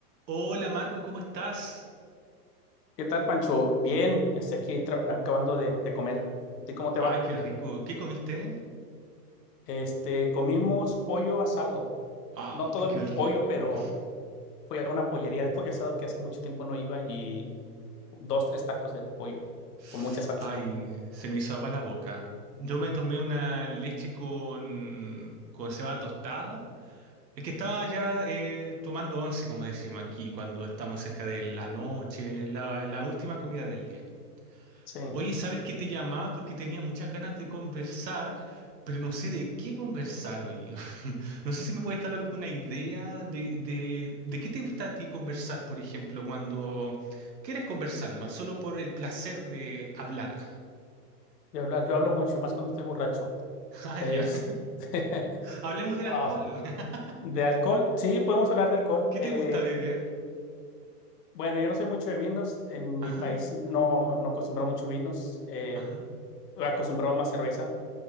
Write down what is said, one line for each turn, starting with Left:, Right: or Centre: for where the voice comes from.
Right: Hola Marco, ¿cómo estás?
Left: ¿Qué tal, Pancho? Bien, este, aquí tra- acabando de, de comer. ¿A ti cómo te
Right: Ay,
Left: va?
Right: qué rico. ¿Qué comiste?
Left: Este, comimos pollo asado.
Right: Ay,
Left: No todo el
Right: qué rico.
Left: pollo, pero fui a una pollería de pollo asado que hace mucho tiempo no iba y dos, tres tacos de pollo
Right: <laughs>
Left: con mucha salsa.
Right: Ay, se me hizo agua la boca. Yo me tomé una leche con, con cebada tostada. Es que estaba ya eh, tomando once, como decimos aquí, cuando estamos cerca de la noche, la, la última comida del día.
Left: Sí,
Right: Oye, ¿sabes qué te llamaba? Porque tenía muchas ganas de conversar, pero no sé de qué conversar, güey. <laughs> No sé si me puedes dar alguna idea de, de, de qué te gusta a ti conversar, por ejemplo, cuando quieres conversar más, solo por el placer de hablar.
Left: de hablar. Yo hablo mucho, más cuando estoy borracho.
Right: <laughs> Ah,
Left: Este,
Right: ya. <laughs>
Left: <laughs>
Right: Hablemos del
Left: ah,
Right: alcohol. <laughs>
Left: de alcohol, sí, podemos hablar de alcohol.
Right: ¿Qué
Left: Eh,
Right: te gusta beber?
Left: bueno, yo no soy mucho de vinos. En
Right: Ajá,
Left: mi país no, no acostumbro mucho vinos. Eh,
Right: ajá.
Left: acostumbramos más cerveza